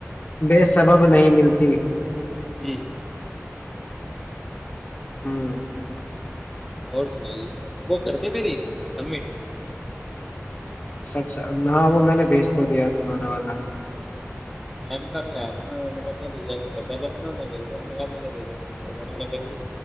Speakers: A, on the left; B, in the centre.
A: بیسٹ <unintelligible> سبب نہیں ملتی
B: جی
A: ہوں
B: اور سنائیے وہ کر د میری سبمٹ
A: سب سے نہاں وہ میں نے بھیج تو دیا تمہارا والا نے
B: میم کا بھی آیا تھا نا انہوں کہا کہ ریجیکٹ پہلے میں نے انہیں بھیجی انہوں کہا مجھے بھیجوں تو میں نے انہیں بھیجی